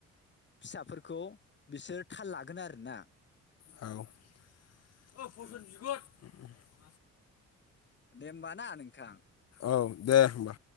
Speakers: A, on the left; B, on the left.
A: फिसाफोरखौ बिसोर थाल लागोन आरोना
B: औ <inaudible>
A: ओ दे होमबा ना नोंथां
B: औ दे होमबा